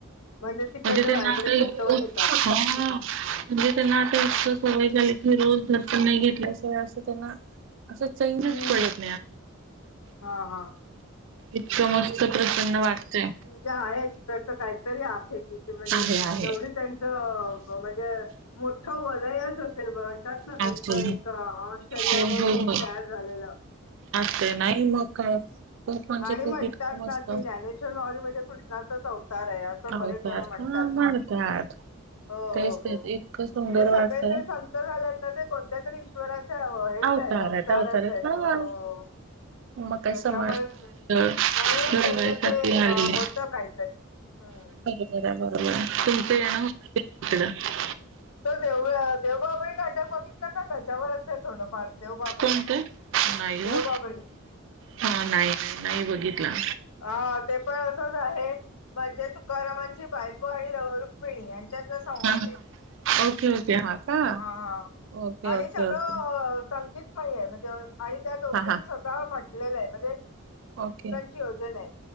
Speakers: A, on the left (about 85°); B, on the right (about 55°).
A: म्हणजे तिकड ते
B: त्यांना
A: व्हायब्रेशन
B: आता इतकं
A: घेऊन येतात.
B: हा. म्हणजे त्यांना आता इतक सवय झाली फिरून, जर त्यांना घेतल्यास ते असं त्यांना असं चैनच
A: हं,
B: पडत
A: हं.
B: नाही.
A: हां, हां.
B: इतकं मन <unintelligible> प्रसन्न वाटतय.
A: ते आहे तिकडचं काहीतरी आहे. तिथं म्हणजे
B: आहे
A: तेवढी
B: आहे
A: त्यांचं म्हणजे मोठं वलयच असेल मग, म्हणतात ना
B: हो
A: त्यांच एका आश्चर्यामध्ये
B: हो हो हो
A: त्या झालेला.
B: असते नाही मग काय खूप म्हणजे
A: आणि
B: खूप
A: म्हणतात
B: इतकं मस्त
A: ना की, ज्ञानेश्वर माऊली म्हणजे कृष्णाचाच अवतार आहे असं.
B: अवतार
A: असं बरेचजण म्हणतात.
B: हा म्हणतात
A: हो हो
B: तेच
A: हो,
B: तेच इतकं सुंदर
A: म्हणजे सगळेच
B: वाटतंय
A: जण सांग असं झाल्यात ना ते कोणत्या तरी ईश्वराच्या हेच
B: अवतार
A: आहेत, अवतारच
B: अवतार
A: आहेत
B: हा
A: हो.
B: मग काय
A: त्याच्यामुळेच
B: समाज
A: म्हणूनच
B: घडवायसाठी
A: त्याच्या ते अ
B: आलेले
A: होतं काहीतरी हम्म.
B: बर हाय बघा. तुमचं
A: हम्म
B: येणं होतं की नाही इकडं?
A: देवळ देवबाभळी काट्या बघितला का, त्याच्यावरच आहे थोडंफार. देवबाभळी
B: कोणतं नाही
A: देवबाभळी
B: ओ हा नाही, नाही बघितला.
A: आ ते पण असंच आहे. म्हणजे तुकारामांची बायको आणि रुक्मिणी यांच्यातला संवाद
B: हा
A: आहे.
B: ओके ओके का
A: हा हा
B: ओके
A: आणि
B: ओके
A: सगळं
B: ओके
A: संगीत नाही आहे, म्हणजे आणि त्या
B: हा हा.
A: तुका म्हटलेलं आहे म्हणजे
B: ओके
A: नियोजन आहे.